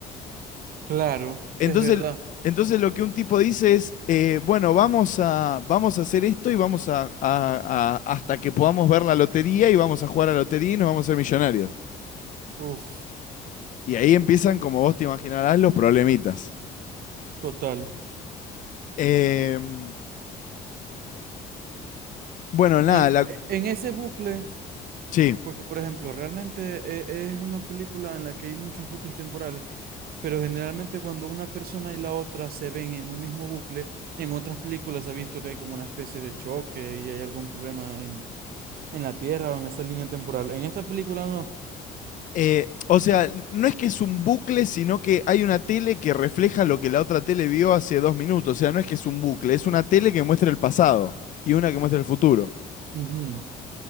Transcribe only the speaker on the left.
Entonces,
entonces lo que un tipo dice es, eh, bueno, vamos a, vamos a hacer esto y vamos a, a- a- hasta que podamos ver la lotería y vamos a jugar a la lotería y nos vamos a ser millonarios.
Y ahí empiezan, como vos te imaginarás, los problemitas.
Em, bueno, nada,
la,
sí.
Eh, o sea, no es que es un bucle, sino que hay una tele que refleja lo que la otra tele vio hace dos minutos. O sea, no es que es un bucle, es una tele que muestra el pasado y una que muestra el futuro.